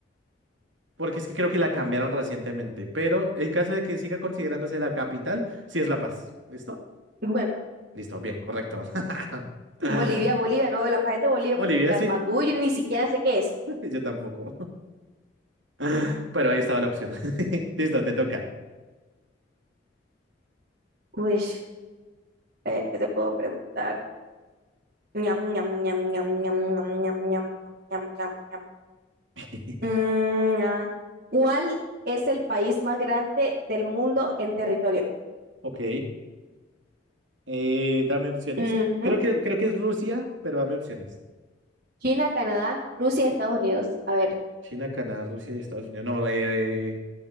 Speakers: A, on the right; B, on the right.
A: porque es que creo que la cambiaron recientemente, pero en caso de que siga considerándose la capital, sí es La Paz, ¿listo?
B: Bueno,
A: Listo, bien, correcto. <laughs> Ah,
B: Bolivia, Bolivia, no, La Paz es de Bolivia,
A: Bolivia,
B: porque Katmandú
A: sí.
B: yo ni siquiera sé qué es.
A: Yo tampoco. <laughs> Pero ahí estaba la opción. <laughs> Listo, te toca.
B: Pues, a ver, ¿qué te puedo preguntar? Ñam, ñam, ñam, ñam, ñam, ñam, ñam, ñam, ñam, ñam, ñam.
A: <laughs>
B: Mm, ah, ¿Cuál es el país más grande del mundo en territorio?
A: Ok. eh, dame opciones.
B: Ujú.
A: Creo que, creo que es Rusia, pero dame opciones.
B: China, Canadá, Rusia, Estados Unidos. A ver,
A: China, Canadá, Rusia y Estados Unidos. No, eh,